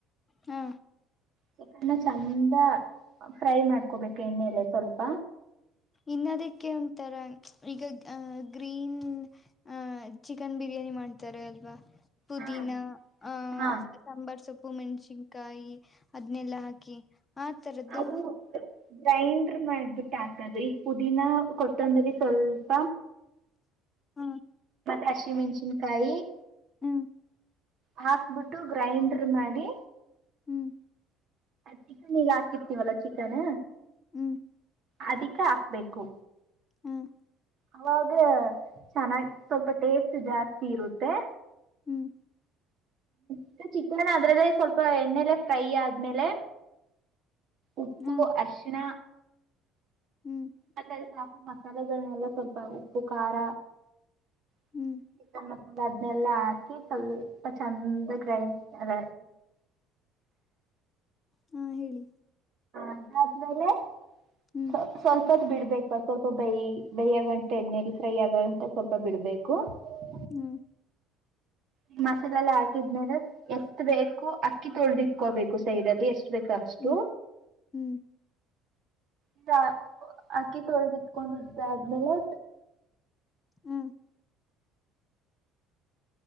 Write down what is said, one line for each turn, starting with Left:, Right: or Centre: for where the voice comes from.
Left: ಹಾ
Right: ಚಿಕನ್ನ ಚಂದ ಫ್ರೈ ಮಾಡ್ಕೋಬೇಕು ಎಣ್ಣೆಲೆ ಸ್ವಲ್ಪ
Left: ಇನ್ನದಕ್ಕೆ ಉಂತರ ಈಗ ಅಹ ಗ್ರೀನ್ ಅಹ ಚಿಕನ್ ಬಿರಿಯಾನಿ ಮಾಡ್ತಾರ ಅಲ್ವಾ ಪುದೀನ
Right: ಹಾ
Left: ಆ
Right: ಹಾ
Left: ಸಾಂಬಾರ್ ಸೊಪ್ಪ ಉಪ್ಪು ಮೆಣ್ಸಿನ್ಕಾಯಿ ಅದನೆಲ್ಲಾ ಹಾಕಿ ಆ ತರದ್ದು
Right: ಅದು ಗ್ರೈಂಡರ್ ಮಾಡಿ ಬಿಟ್ಟ ಆಗ್ತದು ಈಗ ಪುದೀನಾ ಕೊತ್ತಂದ್ರೆ ಸ್ವಲ್ಪ
Left: ಹ್ಮ
Right: ಕಶಿ ಮೆಣಚಿಿನಕಾಯಿ <unintelligible>
Left: ಹ್ಮ್
Right: ಹಾಕ್ಬಿಟ್ಟು ಗ್ರೈಂಡರ್ ಮಾಡಿ
Left: ಹ್ಮ್
Right: ಚಿಕನ್ ಈಗ ಹಾಕಿರ್ತಿವಲ್ಲ ಚಿಕನ್
Left: ಹ್ಮ್
Right: ಅದಿಕ ಹಾಕ್ಬೇಕು
Left: ಹ <inaudible>
Right: ಅವಾಗ ಚೆನ್ನಾಗಿ ಸ್ವಲ್ಪ ಟೇಸ್ಟ್ ಜಾಸ್ತಿ ಇರುತ್ತೆ
Left: ಹ್ಮ್
Right: ತ್ತೆ ಚಿಕನ್ ಅದ್ರಲ್ಲೇ ಸ್ವಲ್ಪ ಎಣ್ಣೆಲೆ ಫ್ರೈ ಆದ್ಮೇಲೆ ಉಪ್ಪು
Left: ಹ
Right: ಅರ್ಶಣ
Left: ಹ್ಮ್ <inaudible>
Right: ಮತ್ತ ಸಾಕು ಮಸಾಲೆಗಳನೆೆಲ್ಲ ಸ್ವಲ್ಪ ಉಪ್ಪು ಖಾರ <inaudible>
Left: ಹ್ಮ್
Right: ಅದ್ನೆಲ್ಲ ಹಾಕಿ ಸ್ವಲ್ಪ ಚಂದ ಗ್ರೈಂಡ್ ಅದ
Left: ಹಾ ಹೇಳಿ
Right: ಅದಾದ್ಮೇಲೆ
Left: ಹ್ಮ್
Right: ಸ್ ಸ್ವಲ್ಪ <unintelligible> ಬಿಡ್ಬೇಕ ಸ್ವಲ್ಪ ಬೈ ಬೈಯ ಆಗಂತ ಎಣ್ಣಲಿ ಫ್ರೈ ಆಗಂತ ಸ್ವಲ್ಪ ಬಿಡ್ಬೇಕು <unintelligible>
Left: ಹ್ಮ್
Right: ಈ ಮಸಾಲೆ ಎಲ್ಲ ಹಾಕಿದ್ಮೇಲೆ ಎಷ್ಟು ಬೇಕು ಅಕ್ಕಿ ತೊಳೆ್ದಿಟ್ಕೋಬೇಕು ಸೈಡ್ ಅಲ್ಲಿ ಎಷ್ಟು ಬೇಕಷ್ಟು
Left: ಹ್ಮ್ ಹ್ಮ್
Right: ಈ ಅಕ್ಕಿ ತೊಳದಿಟ್ಕೊಂಡ್ದೆ ಆದ್ಮೇಲೆ
Left: ಹ